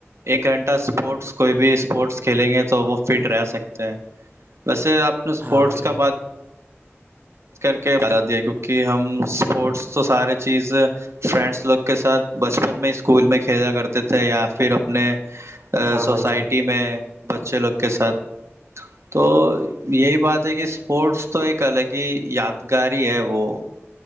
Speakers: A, on the right (about 70°); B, on the right (about 45°).
A: ایک گھنٹہ اسپورٹس کوئی بھی اسپورٹس کھیلیں گے تو وہ فٹ رہ سکتے ہیں ویسے آپ نے اسپورٹس
B: ہاں بھائی
A: کا
B: جان
A: بات کر کے بتا دیا کیونکہ ہم اسپورٹس تو سارے چیز فرینڈس لوگ کے ساتھ بچپن میں اسکول میں کھیلا کرتے تھے یا پھر اپنے
B: ہاں
A: سوسائٹی
B: بھائی جان
A: میں بچے لوگ کے ساتھ تو یہی بات ہے کہ اسپورٹس تو ایک الگ ہی یادگاری ہے وہ